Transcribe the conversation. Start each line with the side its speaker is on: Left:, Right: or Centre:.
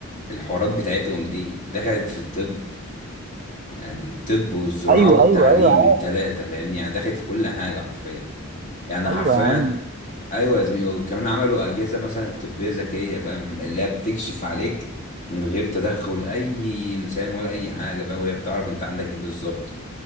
Left: الحوارات بتاعتهم دي دخلت في الطب يعني الطب والزراعة
Right: ايوه
Left: والتعليم
Right: ايوه ايوه عارف
Left: التلاتة فاهمني يعني دخلت في كل حاجة حرفيا يعني
Right: ايوه
Left: حرفيا
Right: يا عم
Left: ايوه يا زميلي وكمان عملوا اجهزه مثلا طبيه ذكيه فاهم اللي هي بتكشف عليك من غير تدخل اي انسان ولا اي حاجه فاهم وهي بتعرف انت عندك ايه بالظبط